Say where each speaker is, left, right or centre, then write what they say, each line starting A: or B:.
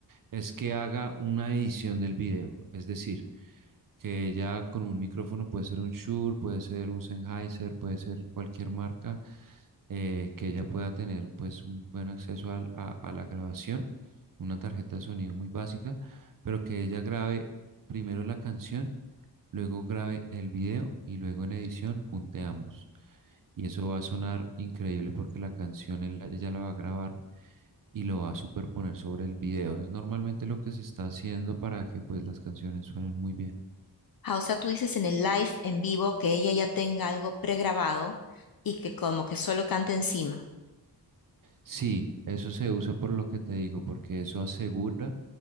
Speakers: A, on the right; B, on the left.
A: es que haga una edición del video. Es decir, que ella con un micrófono puede ser un Shure, puede ser un Sennheiser, puede ser cualquier marca, eh, que ella pueda tener pues un buen acceso al- a, a la grabación, una tarjeta de sonido muy básica, pero que ella grabe primero la canción, luego grabe el video y luego en edición junte ambos. Y eso va a sonar increíble porque la canción él la- ella la va a grabar y lo va a superponer sobre el video. Es normalmente lo que se está haciendo para que pues las canciones suenen muy bien.
B: Ah, o sea, tú dices en el live en vivo que ella ya tenga algo pregrabado y que como que solo cante encima.
A: Sí, eso se usa por lo que te digo, porque eso asegura